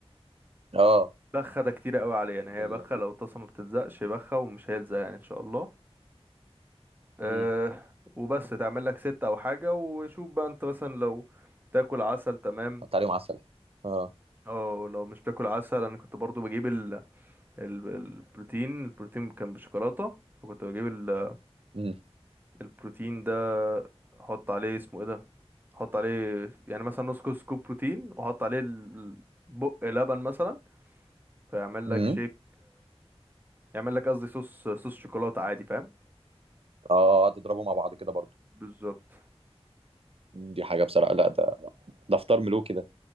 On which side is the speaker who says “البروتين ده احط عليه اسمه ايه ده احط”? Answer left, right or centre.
Right